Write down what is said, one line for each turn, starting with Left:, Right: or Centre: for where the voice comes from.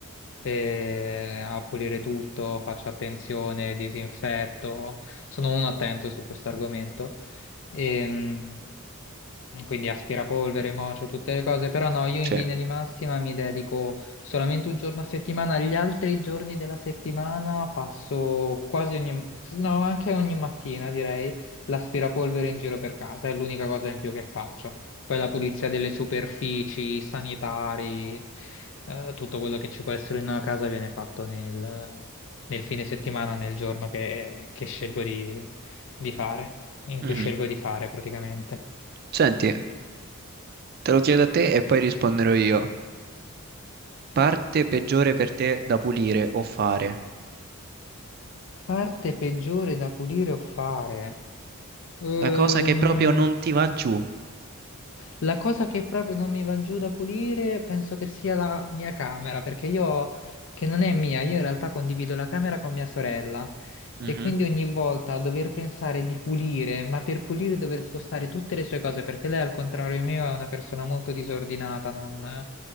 Left: e a pulire tutto, faccio attenzione, disinfetto, sono un attento su questo argomento. Ehm, quindi aspirapolvere, mocio, tutte le cose, però no, io in
Right: Sì.
Left: linea di massima mi dedico solamente un giorno a settimana, gli altri giorni della settimana passo quasi ogni, no, anche ogni mattina direi, l'aspirapolvere in giro per casa, è l'unica cosa in più che faccio. Poi la pulizia delle superfici, i sanitari, eh, tutto quello che ci può essere in una casa viene fatto nel, nel fine settimana, nel giorno che, che scelgo di di fare, in cui
Right: Mhm.
Left: scelgo di fare praticamente.
Right: Senti, te lo chiedo a te e poi risponderò io. Parte peggiore per te da pulire o fare?
Left: Parte peggiore da pulire o fare? Ehm,
Right: La cosa che proprio non ti va giù.
Left: la cosa che proprio non mi va giù da pulire penso che sia la mia camera, perché io, che non è mia, io in realtà condivido la camera con mia sorella
Right: Mhm.
Left: e quindi ogni volta a dover pensare di pulire, ma per pulire dover spostare tutte le sue cose, perché lei al contrario mio è una persona molto disordinata, non,